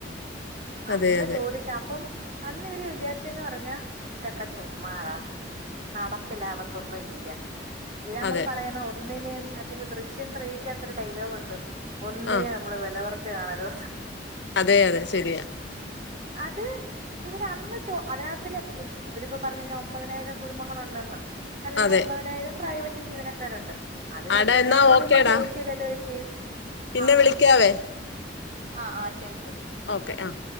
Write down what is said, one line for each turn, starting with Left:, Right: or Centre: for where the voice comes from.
Right: അന്ന്
Left: അതെ അതെ
Right: ചോദിക്കാം അപ്പം അന്ന് ഇവര് വിചാരിച്ചന്ന് പറഞ്ഞാ ഇതൊക്കെ ചുമ്മാറാ നടപ്പ ലാവത്തൊന്നും ഇല്ല ഇതാ നമ്മൾ
Left: അതെ
Right: പറയുന്ന ഒന്നിനേ മറ്റുള്ള ദൃശ്യം ത്രീക്കക്കാത്തൊരു ഡയലോഗണ്ട് ഒന്നിനെ
Left: ആഹ്
Right: നമ്മള് വില കുറച്ച് കാണരുത്
Left: അതെ അതെ ശരിയാ
Right: അത് ഇവര്ന്ന് ചോ അതിനകത്തി ഇവരിപ്പോ പറഞ്ഞട്ട ഒമ്പതിനായിരം കുടുംബങ്ങള ഉണ്ടെന്നോ അല്ലെങ്കിൽ
Left: അതെ
Right: ഒമ്പതിനായിരം പ്രൈവറ്റ് ജീവനക്കാരുണ്ട് അതില
Left: ആടാ
Right: ഒരാള്
Left: എന്നാ ഓക്കേടാ
Right: പോലും ചോയിച്ചില്ലല്ലോച്ചി
Left: പിന്നെ
Right: ആ
Left: വിളിക്കാവേ
Right: ആ ആ ശരി ശരി
Left: ഓക്കെ ആഹ്